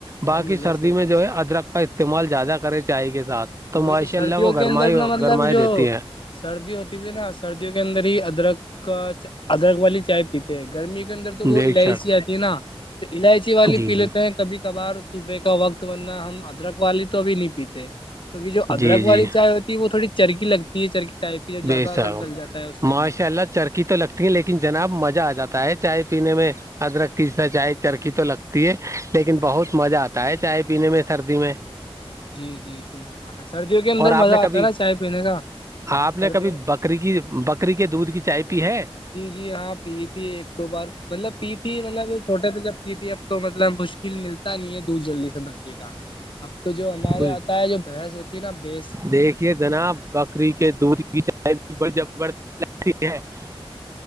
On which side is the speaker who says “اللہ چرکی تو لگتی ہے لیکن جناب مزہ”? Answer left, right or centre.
Right